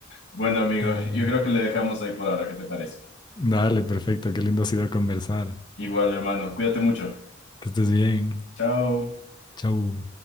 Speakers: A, on the left; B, on the left.
A: Bueno, amigo,
B: Ay,
A: yo creo que le dejamos ahí por ahora. ¿Qué te parece?
B: Dale, perfecto. Qué lindo ha sido conversar.
A: Igual, hermano, cuídate mucho.
B: Que estés bien.
A: Chao.
B: Chau.